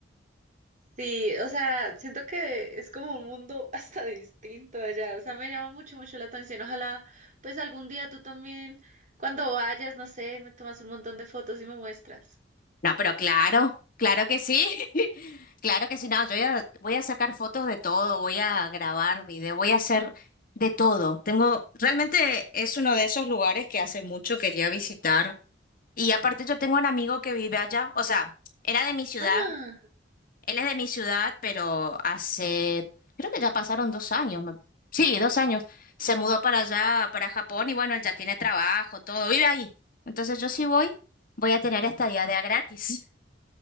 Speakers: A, on the right (about 45°); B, on the left (about 50°).
A: Sí, o sea, siento que es como un mundo <laughs> hasta distinto allá. O sea, me llama mucho, mucho la atención. Ojalá, pues algún día tú también, cuando vayas, no sé, me tomas un montón de fotos y me muestras.
B: No, pero claro, claro que sí. <laughs> Claro que sí, no, yo voy a, voy a sacar fotos de todo, voy a grabar video, voy a hacer de todo. Tengo, realmente es uno de esos lugares que hace mucho quería visitar. Y aparte yo tengo un amigo que vive allá, o sea, era de mi ciudad,
A: Ah.
B: él es de mi ciudad, pero hace, creo que ya pasaron dos años, me- sí, dos años, se mudó para allá, para Japón y bueno, él ya tiene trabajo, todo, vive ahí. Entonces yo sí voy, voy a tener estadía de a gratis,